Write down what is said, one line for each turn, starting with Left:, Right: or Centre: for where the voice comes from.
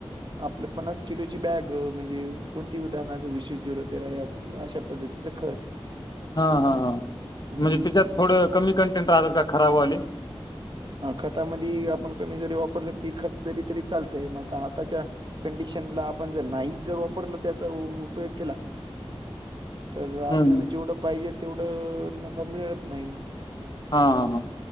Right: आपलं पन्नास किलोची बॅग म्हणजे कोणती उदाहरणांर विशेष जरोतेरा यां अश्या पद्धतीचं खंत
Left: हां हां हां
Right: हम्म
Left: म्हणजे त्यांच्यात थोडं
Right: याच-
Left: कमी कंटेंट राहतांत कां खरांबवालीत
Right: हां खतांमध्यें आपणं कमी जरी वापरलं ती खंत जरी तरी चालतंय मंग आंता आताच्यां कंडिशन लां आपणं जरं नाहीं जरं वापरलं त्यांचा उपयोग केलां तरं आपल्यांला
Left: हम्म
Right: जेवढं पाहिजे तेवढं नफां मिळतं नाहीं
Left: हां हां हां